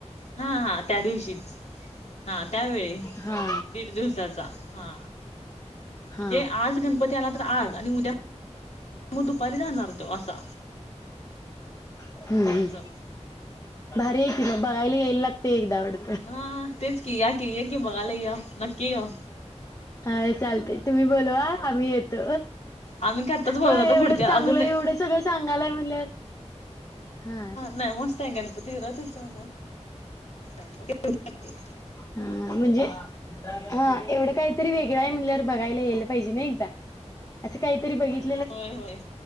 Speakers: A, on the left; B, on the left.
A: हा हा त्या दिवशीच हा त्यावेळी
B: हा
A: दीड दिवसाचा हा म्हणजे
B: हा
A: आज गणपती आला तर आज आणि उद्या मग दुपारी जाणार तो असा.
B: हम्
A: असं
B: भारी आहे की मग बघायला यायला लागते एकदा वड
A: हा तेच की या क ये की बघायला या नक्की या.
B: अ चालते तुम्ही बोलवा आम्ही येतो.
A: आम्ही का आत्ताच बोलत
B: हो
A: होतो
B: एवढं
A: पुढच्या
B: चांगलं
A: अजून
B: एवढ
A: अ
B: सगळं सांगालय म्हणल. हा.
A: नाही मस्त आहे गणपतीरा तस मस्त मस्त आहे.
B: हा. म्हणजे हा एवढं काहीतरी वेगळं आहे म्हणल्यावर बघायला यायलं पाहिजे ना एकदा. असं काहीतरी बघित
A: होय होय.